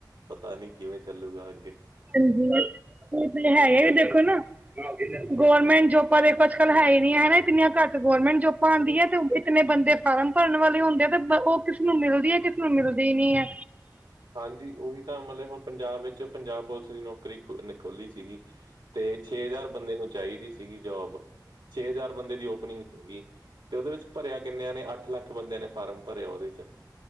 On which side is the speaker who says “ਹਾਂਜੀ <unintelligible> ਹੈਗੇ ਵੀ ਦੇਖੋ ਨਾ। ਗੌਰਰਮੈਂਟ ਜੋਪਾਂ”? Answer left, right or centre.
Right